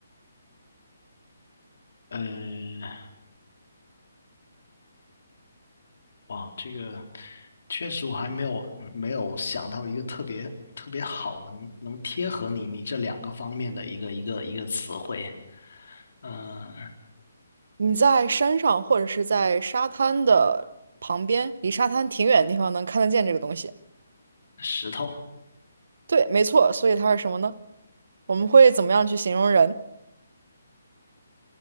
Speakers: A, on the left; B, on the right.
A: 呃，哇，这个确实我还没有没有想到一个特别特别好能能贴合你你这两个方面的一个一个一个词汇，嗯、
B: 你在山上或者是在沙滩的旁边，离沙滩挺远的地方能看得见这个东西。
A: 石头
B: 对，没错，所以它是什么呢？我们会怎么样去形容人？